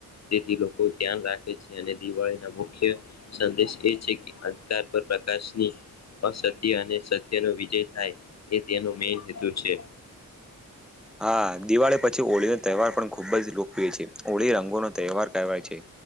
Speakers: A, on the left (about 45°); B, in the centre.
A: તેથી લોકો ધ્યાન રાખે છે અને દિવાળીના મુખ્ય સંદેશ એ છે કે અ પર પ્રકાશની અસત્ય અને સત્યનો વિજય થાય એ તેનો મેન હેતુ છે.
B: હા દિવાળી પછી હોળીનો તહેવાર પણ ખુબ જ લોકપ્રિય છે હોળી રંગોનો તહેવાર કહેવાય છે.